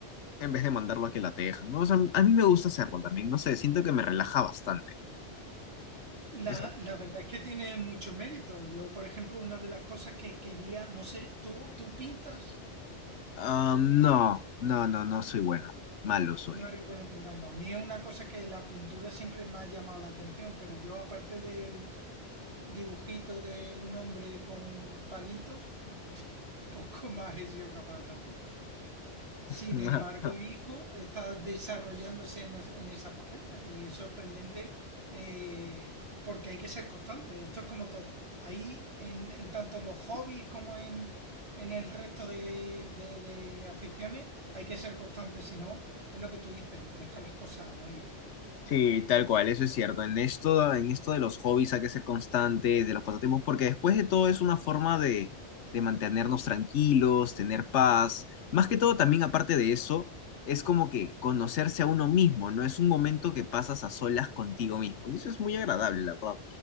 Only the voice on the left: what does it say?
en vez de mandarlo a que la tejan, ¿no? O sea, a mí me gusta hacerlo también, no sé, siento que me relaja bastante.
Es- algo-
Ah, no, no, no, no soy bueno, malo soy.
<laughs>
Sí, tal cual, eso es cierto. En esto, en esto de los hobbies hay que ser constantes, de los pasatiempos, porque después de todo es una forma de, de mantenernos tranquilos, tener paz. Más que todo, también aparte de eso, es como que conocerse a uno mismo, ¿no? Es un momento que pasas a solas contigo mismo. Y eso es muy agradable, la verdad.